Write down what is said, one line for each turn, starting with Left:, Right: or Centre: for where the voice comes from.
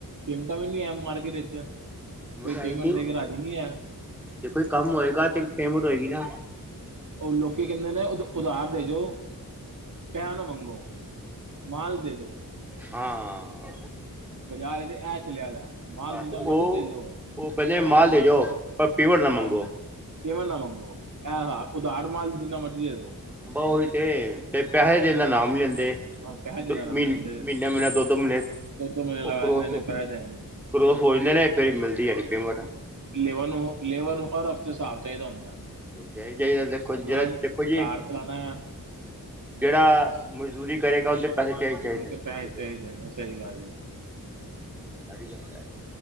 Right: ਪੇਮੈਂਟਾਂ ਵੀ ਨੀ ਹੈ ਮਾਰਕੀਟ ਈਚ, ਕੋਈ
Centre: ਆਈ
Right: ਪੇਮੈਂਟ
Centre: ਨੀ
Right: ਦੇ ਕੇ ਰਾਜ਼ੀ ਨਹੀਂ ਐ।
Centre: ਦੇਖੋ ਜੀ, ਕੰਮ ਹੋਏਗਾ ਤੇ ਪੇਮੈਂਟ ਹੋਏਗੀ ਨਾ।
Right: ਉਹ ਲੋਕੀ ਕਹਿੰਦੇ ਨੇ ਉਦ-ਉਧਾਰ ਦੇਜੋ। ਪੇਹਾ ਨਾ ਮੰਗੋ, ਮਾਲ ਦੇ ਦੇਜੋ।
Centre: ਹਾਂ।
Right: ਬਾਜ਼ਾਰ ਚ ਇਹ ਚਲਿਆ ਦੈ। ਮਾਲ
Centre: ਬਸ
Right: ਜਿੰਨਾ
Centre: ਉਹ
Right: ਮਰਜ਼ ਦੇ ਜੋ,
Centre: ਉਹ ਕਹਿੰਦੇ
Right: ਪੇਹਾ
Centre: ਮਾਲ
Right: ਨਾ ਮੰਗੋ,
Centre: ਦੇ ਜੋ ਪਰ ਪੇਮੈਂਟ ਨਾ ਮੰਗੋ
Right: ਹਾਂਜੀ। ਪੇਮੈਂਟ ਨਾ ਮੰਗੋ, ਐ ਸਾਬ ਉਧਾਰ ਮਾਲ ਜਿੰਨਾ ਮਰਜ਼ੀ ਦੇਦੋ।
Centre: ਬਹੁ ਓਇ ਤੇ। ਤੇ ਪੈਹੇ ਦੇਣ ਦਾ ਨਾਮ ਨੀ ਲੈਂਦੇ,
Right: ਪੈਸੇ
Centre: ਦ
Right: ਦੇਣਾ
Centre: ਮ
Right: ਆਰਾਮ
Centre: ਮਹੀਨੇ
Right: ਦਿੰਦੇ
Centre: ਮਹੀਨੇ ਦੋ ਦੋ ਮਹੀਨੇ
Right: ਦੋ ਦੋ ਮਹੀਨੇ ਲਗਾ
Centre: ਉਹ ਕਰੋਸ
Right: ਦੇਂਦੇ ਪੈਸੇ ਦੇਣ
Centre: ਕਰੋਸ ਸੋਚ ਦੇ ਨੇ, ਫੇਰ ਮਿਲਦੀ ਏ ਨੀ ਪੇਮੈਂਟ
Right: ਲੇਵਰ ਨੂੰ, ਲੇਵਰ ਨੂੰ ਹਰ ਹਫ਼ਤੇ ਹਿਸਾਬ ਚਾਹੀਦਾ ਹੁੰਦਾ।
Centre: <unintelligible> ਦੇਖੋ
Right: ਉਹਨਾਂ
Centre: ਜਹੜ ਦੇਖੋ ਜੀ।
Right: ਕਾਰ ਚਲਾਣਾ
Centre: ਜਿਹੜਾ ਮਜ਼ਦੂਰੀ ਕਰੇਗਾ, ਓਹਨੂੰ ਤੇ ਪੈਸੇ ਚਾਹੀਦੇ।
Right: ਉਨੂੰ ਤੇ
Centre: ਨੇ
Right: ਪੈਸੇ ਚਾਹੀਦੈ ਨੇ, ਸਹੀ ਗੱਲ ਏ।
Centre: <unintelligible>